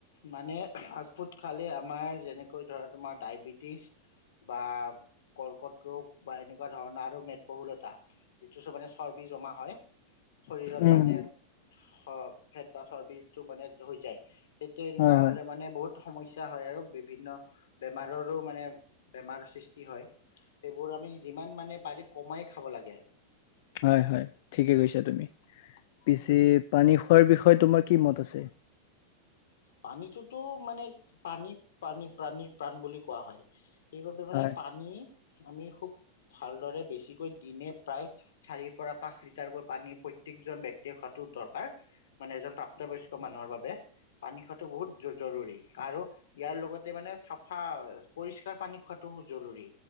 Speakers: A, on the left; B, on the left.
A: মানে ফাষ্ট ফুড খালে আমাৰ যেনেকৈ ধৰা তোমাৰ ডায়বেটিছ বা কৰ্কট ৰোগ বা এনেকোৱা ধৰণৰ আৰু মেদবহুলতা যিটো চ মানে চৰ্বি জমা হয় শৰীৰত
B: উম
A: মানে শ ফেট বা চৰ্বিটো মানে হৈ যায় সেইটো এনেকোৱা
B: হয়
A: হ'লে
B: হয়
A: মানে বহুত সমস্যা হয় আৰু বিভিন্ন বেমাৰৰো মানে বেমাৰ সৃষ্টি হয় সেইবোৰ আমি যিমান মানে পাৰি কমাই খাব লাগে আৰু
B: হয় হয় ঠিকে কৈছা তুমি পিছে পানী খোৱাৰ বিষয়ে তোমাৰ কি মত আছে
A: পানীটোতো মানে প্ৰানী প্ৰানী প্ৰাণীৰ প্ৰাণ বুলি কোৱা হয় সেইবাবে মানে
B: হয়
A: পানী আমি খুব ভালদৰে বেছিকৈ দিনে প্ৰায় চাৰিৰ পৰা পাঁচ লিটাৰকৈ পানী প্ৰত্যেকজন ব্যক্তিয়ে খোৱাটো দৰকাৰ মানে এজন প্ৰাপ্তবয়স্ক মানুহৰ বাবে পানী খোৱাটো বহুত জৰুৰী আৰু ইয়াৰ লগতে মানে চাফা পৰিষ্কাৰ পানী খোৱাাটো জৰুৰী